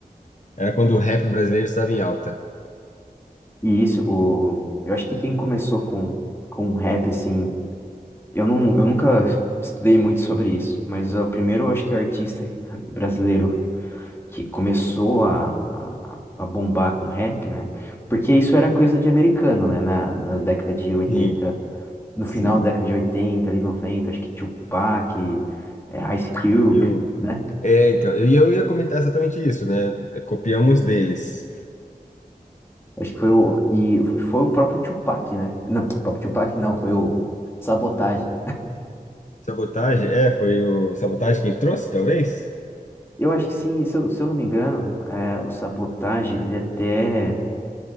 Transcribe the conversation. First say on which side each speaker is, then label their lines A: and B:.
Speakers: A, on the left; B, on the left.
A: era quando o rap brasileiro estava em alta.
B: E isso, o... eu acho que quem começou com, com rap, assim. Eu, não, eu nunca estudei muito sobre isso, mas o primeiro eu acho que o artista brasileiro que começou a, a, a bombar com rap, né? Porque isso era coisa de americano, né? Na, na década de oitenta,
A: Sim,
B: no final
A: sim.
B: da década de 80, ali 90, acho que Tupac, eh, Ice Cube.
A: E o
B: né?
A: É, então, e eu ia comentar exatamente isso, né? Copiamos deles.
B: Acho que foi o. E foi o próprio Tupac, né? Não, o próprio Tupac não, foi o Sabotage.
A: Sabotagem, é, foi o Sabotagem quem trouxe, talvez?
B: Eu acho que sim, se eu, se eu não me engano, é, o Sabotage, ele até.